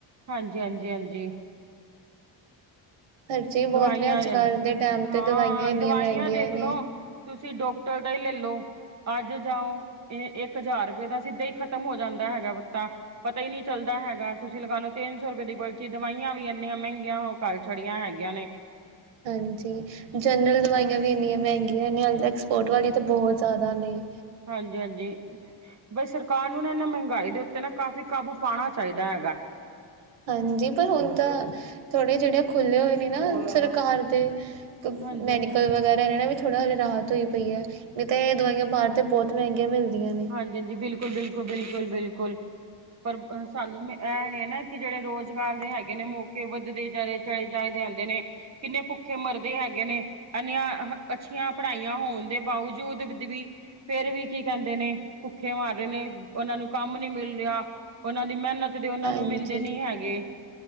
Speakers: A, on the right; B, on the right.
A: ਹਾਂਜੀ- ਹਾਂਜੀ, ਹਾਂਜੀ।
B: ਖਰਚੇ ਹੀ
A: ਦਵਾਈਆਂ
B: ਬਹੁਤ ਨੇ ਅੱਜ ਕੱਲ੍ਹ ਦੇ ਟਾਈਮ
A: ਹਾਂ
B: ਤੇ ਦਵਾਈਆਂ ਇੰਨੀਆਂ
A: ਦਵਾਈਆਂ
B: ਮਹਿੰਗੀਆਂ
A: ਦੇਖਲੋ।
B: ਨੇ
A: ਤੁਸੀਂ ਡਾਕਟਰ ਦਾ ਹੀ ਲੈਲੋ। ਅੱਜ ਜਾਓ ਇਹ ਇੱਕ ਹਜ਼ਾਰ ਰੁਪਏ ਦਾ ਸਿੱਧਾ ਹੀ ਖ਼ਤਮ ਹੋ ਜਾਂਦਾ ਹੈਗਾ ਪੱਤਾ। ਪਤਾ ਹੀ ਨਹੀਂ ਚੱਲਦਾ ਹੈਗਾ ਤੁਸੀਂ ਲਗਾ ਲਓ ਤਿੰਨ ਸੌ ਰੁਪਏ ਦੀ ਬਲਚੀ ਦਵਾਈਆਂ ਵੀ ਇੰਨੀਆਂ ਮਹਿੰਗੀਆਂ ਹੋ ਕਰ- ਛੜੀਆਂ ਹੈਗੀਆਂ ਨੇ।
B: ਹਾਂਜੀ ਜਨਰਲ ਦਵਾਈਆਂ
A: ਹਮ
B: ਵੀ ਇੰਨੀਆਂ ਮਹਿੰਗੀਆਂ ਨੇ ਹੱਲੇ ਤੱਕ ਐਕਸਪੋਰਟ ਵਾਲੀ ਤੇ ਬੋਹਤ ਜਾਦਾ ਨੇ।
A: ਹਾਂਜੀ-ਹਾਂਜੀ। ਬਈ ਸਰਕਾਰ ਨੂੰ ਨਾ ਏਨਾਂ ਮਹਿੰਗਾਈ ਦੇ ਉੱਤੇ ਨਾ ਕਾਫ਼ੀ ਕਾਬੂ ਪਾਣਾ ਚਾਇਦਾ ਹੈਗਾ।
B: ਹਾਂਜੀ ਪਰ ਹੁਣ ਤਾਂ ਥੋੜੇ ਜੇੜੇ ਖੁੱਲ੍ਹੇ ਹੋਏ ਨੇ ਨਾ ਸਰਕਾਰ ਦੇ
A: ਹਾਂਜੀ
B: ਮੈਡੀਕਲ
A: ਹਾਂਜੀ
B: ਵਗੈਰਾ ਏਨਾਂ ਨਾਲ ਵੀ ਥੋੜ੍ਹਾ ਰਾਹਤ ਹੋਈ ਪਈ ਹੈ ਨਹੀਂ ਤੇ ਏ ਦਵਾਈਆਂ ਬਾਰ ਤੇ ਬੋਤ ਮਹਿੰਗੀਆਂ ਮਿਲਦੀਐ।
A: ਹਾਂਜੀ-ਹਾਂਜੀ, ਬਿਲਕੁਲ-ਬਿਲਕੁਲ-ਬਿਲਕੁਲ-ਬਿਲਕੁਲ। ਪਰ ਸਾਨੂੰ ਐ ਏ ਨਾ ਕਿ ਜੇਹੜੇ ਰੋਜ਼ਗਾਰ ਦੇ ਹੈਗੇ ਨੇ ਮੌ ਕੇ ਵੱਧਦੇ ਜਾਨੇ ਚਾਹੀਦੇ ਹੁੰਦੇ ਨੇ ਕਿੰਨੇ ਭੁੱਖੇ ਮਰਦੇ ਹੈਗੇ ਨੇ। ਐਨੀਆਂ ਅੱਛੀਆਂ ਪੜ੍ਹਾਈਆਂ ਹੋਣ ਦੇ ਬਾਵਜੂਦ ਵੀ ਫੇਰ ਵੀ ਕੀ ਕੈੰਦੇ ਨੇ ਭੁੱਖੇ ਮਰ ਰਹੇ ਨੇ ਓਨਾਂ ਨੂੰ ਕੰਮ ਨੀ ਮਿਲ ਰਿਆ ਓਨਾਂ ਦੀ ਮੈਨਤ ਕਦੇ ਓਨਾਂ
B: ਹਾਂਜੀ
A: ਨੂੰ ਮਿਲਦੇ ਨੀ ਹੈਗੇ।